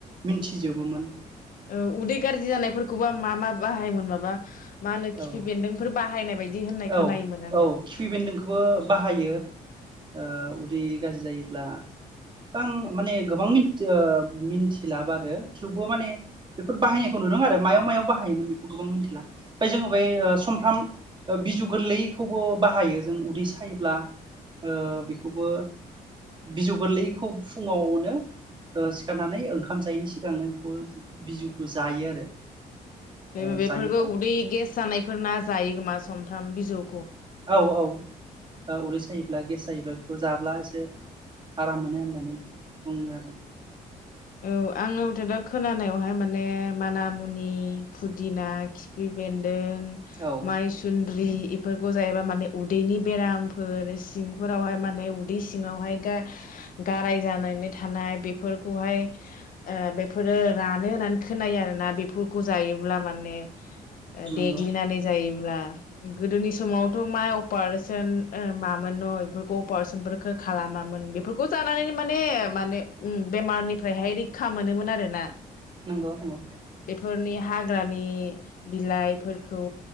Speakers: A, on the right; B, on the left.
A: मिथिजोबोमोन।
B: औ उदै गाज्रि जानायफोरखौबो मा मा बाहायोन माबा मा होनो खिफि
A: औ
B: बेन्दोंफोर बाहायनाय बायदि होननाय
A: औ
B: खोनायोमोन आङो
A: औ खिफि बेन्दोंखौबो बाहायो ओ उदै गाज्रि जायोब्ला बां माने गोबांथि मिथ ओ मिन्थिला बारो थेवबो माने बेफोर बाहायनायखौ नुदों आरो मायाव मायाव बाहायोमोन बेखौ गोबां मिथिला ओमफ्राय जोङो ओ समफ्राम ओ बिजौ गोरलैखौबो बाहायो जों उदै सायोब्ला ओ बेखौबो बिजौ गोरलैखौ फुङावनो ओ सिखारनानै ओंखाम जायैनि सिगांनो बेखौ बिजौखौ जायो आरो। ओ
B: बे बेफोरबो
A: जायोब्ला
B: उदै गेस जानायफोरना जायो खोमा समफ्राम बिजौ
A: औ औ बा उदै सायोब्ला गेस जायोब्ला बेखौ जाब्ला एसे आराम मोनो होननानै बुङो आरो।
B: औ आंनि मथे थ खोनानायावहाय माने माना मुनि फुदिना खिफि बेन्दों
A: औ
B: माइसुन्द्रि इफोरखौ जायोबा माने उदैनि बेरामफोर सिंफोरावहाय माने उदै सिङावहाय गाराय जानानै थानाय बेफोरखौहाय ओ बेफोरो रानो होननानै खोनायो आरोना बेफोरखौ जायोब्ला माने
A: नंगौ
B: देग्लिनानै जायो ब्ला गोदोनि समावथ' माइ अपारेशन ओ मामोन न' बेफोरखौ अपारेशनफोरखौ खालामामोन बे फोरखौ जानानै माने माने उम बेमारनि फ्रायहाय रैखा मोनोमोन आरो ना
A: नंगौ नंगौ
B: फोरनि हाग्रानि बिलाइफोरखौ